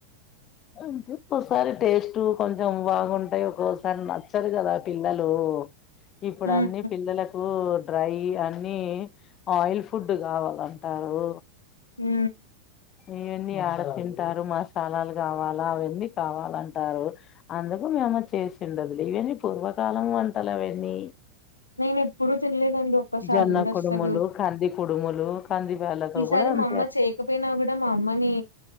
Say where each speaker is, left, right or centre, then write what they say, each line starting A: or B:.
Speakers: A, on the left; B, on the left.
A: అంటే ఒక్కోసారి టేస్ట్ కొంచెం బాగుంటాయి ఒక్కోసారి నచ్చరు గదా పిల్లలు ఇప్పుడు
B: ఉహు
A: అన్ని పిల్లలకు డ్రై అన్ని ఆయిల్ ఫుడ్ కావాలంటారు
B: మ్
A: ఇవన్నీ ఆడ తింటారు మసాలాలు కావాలా అవన్నీ కావాలంటారు అందుకు చేసి ఉండదు ఇవన్నీ పూర్వకాలం వంటలు అవన్నీ
B: నేను ఎప్పుడూ తినలేదండి ఒక్కసారి
A: జొన్న
B: కూడా
A: కుడుములు
B: అస్సలు
A: కంది కుడుములు కంది బాల త
B: ఈసారి
A: కూడా అంతే
B: మా అమ్మ చేయకపోయినా గూడా మా అమ్మని